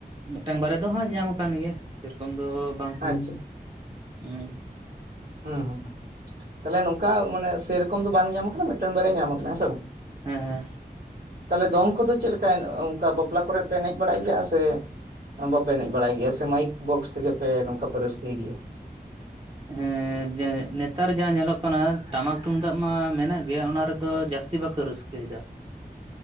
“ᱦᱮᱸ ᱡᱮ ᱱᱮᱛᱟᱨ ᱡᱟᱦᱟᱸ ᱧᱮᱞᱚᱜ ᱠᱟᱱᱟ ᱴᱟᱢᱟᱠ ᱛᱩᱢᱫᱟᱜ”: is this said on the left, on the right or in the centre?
Right